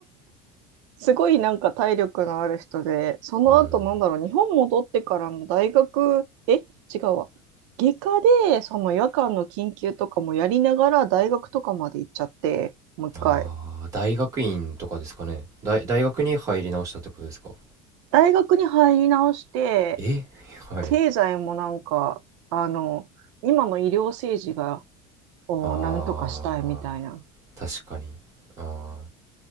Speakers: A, on the right; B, on the right.
A: すごいなんか体力のある人で、その後なんだろう、
B: うん。
A: 日本戻ってからの大学、え、違うわ。外科で、その夜間の緊急とかもやりながら大学とかまで行っちゃって、もう一回。
B: ああ、大学院とかですかね。大、大学に入り直したってことですか。
A: 大学に入り直して、
B: え、<laughs> はい。
A: 経済もなんか、あの、今の医療政治が、をなんとかしたいみたいな。
B: ああ、確かに。あ